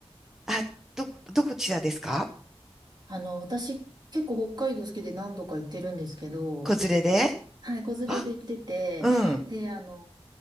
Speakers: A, in the centre; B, on the right (about 40°).
A: あ、どこ、どこちらですか
B: あの、私、結構北海道好きで何度か行ってるんですけど、
A: 子連れで
B: はい、子連れで行ってて、
A: あ、うん、
B: で、あの、